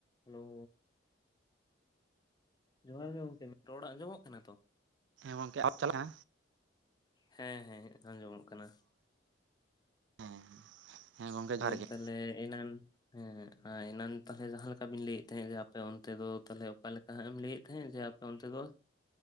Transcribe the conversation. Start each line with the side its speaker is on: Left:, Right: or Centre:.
Left: hello ᱡᱚᱦᱟᱨ ᱜᱮ ᱜᱚᱢᱠᱮ ᱨᱚᱲ ᱟᱸᱡᱚᱢᱚᱜ ᱠᱟᱱᱟ ᱛᱚ
Right: ᱦᱮᱸ ᱜᱚᱢᱠᱮ ᱟᱯ ᱪᱟᱞᱟᱜᱼᱟ
Left: ᱦᱮᱸ ᱦᱮᱸ ᱟᱸᱡᱚᱢᱚᱜ ᱠᱟᱱᱟ
Right: ᱦᱮᱸ ᱦᱮᱸ ᱜᱚᱝᱠᱮ ᱡᱚᱦᱟᱨ
Left: ᱦᱳᱭ
Right: ᱜᱮ
Left: ᱛᱟᱦᱞᱮ ᱮᱱᱟᱱ ᱦᱮᱸ ᱟᱨ ᱮᱱᱟᱱ ᱛᱟᱦᱚᱞᱮ ᱡᱟᱦᱟᱸᱞᱮᱠᱟ ᱵᱤᱱ ᱞᱟᱹᱭᱮᱫ ᱛᱟᱦᱮᱸ ᱡᱮ ᱟᱯᱮ ᱚᱱᱛᱮ ᱫᱚ ᱛᱟᱦᱚᱞᱮ ᱚᱠᱟᱞᱮᱠᱟ ᱦᱟᱸᱜ ᱮᱢ ᱞᱟᱹᱭᱮᱫ ᱛᱟᱦᱮᱸᱫ ᱡᱮ ᱟᱯᱮ ᱚᱱᱛᱮ ᱫᱚ